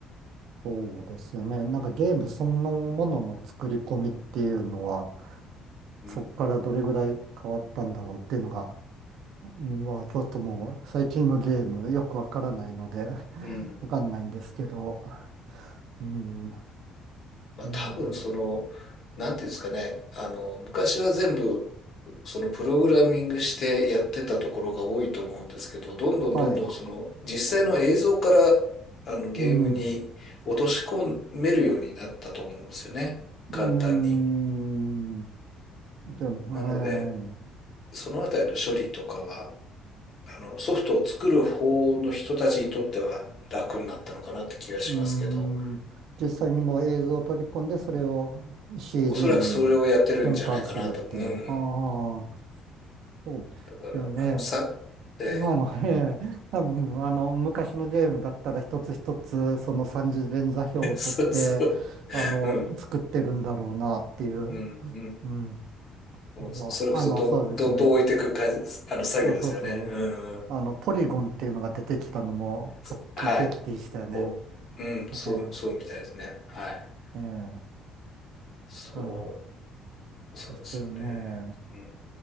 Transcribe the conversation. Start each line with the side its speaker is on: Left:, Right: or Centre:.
Right: そうですよね。なんかゲームそのものの作り込みっていうのは、
Left: うん
Right: そこからどれぐらい変わったんだろうっていうのが、うんまあちょっともう最近のゲームよくわからないので、<laughs>
Left: うん。
Right: わかんないんですけど。うん。ね
Left: まあ、
Right: え。
Left: 多分その、なんていうんですかね、あの、昔は全部、そのプログラミングしてやってたところが多いと思うんですけど、どんどんどんどんその実際の映像からあのゲームに落とし込めるようになったと思うんですよね。
Right: はい。うん。うーん。
Left: 簡単に。
Right: じゃあ、はいはい。
Left: なので、そのあたりの処理とかは、あの、ソフトを作る方の人たちにとっては楽になったのかなって気がしますけど。
Right: うーん。実際にもう映像を取り込んで、それを CG
Left: おそらくそれをやってるんじゃないかなと。
Right: に変換するっていう。
Left: うん。
Right: ああ、そうですよね。
Left: だから、あの、さ、え
Right: あの、ええ、多分、あの、昔のゲームだったら一つ一つ、その三次元座標を取って、
Left: え <laughs> そうそう。
Right: あの、
Left: うん。
Right: 作ってるんだろうなっていう。
Left: うん。うん。
Right: うん。
Left: もうそそれこそど、
Right: あの、あのそうですね。
Left: どっと置いていく感じ、あの、作業ですよね。
Right: そうそうそう
Left: うん。
Right: あの、ポリゴンっていうのが出てきたのも画期的でしたよね。
Left: そはい。お、うん。
Right: ええ、
Left: そう、そうみたいですね。はい。
Right: ええ、
Left: そ
Right: うん。
Left: う、そうですよね。
Right: ですよね。
Left: うん。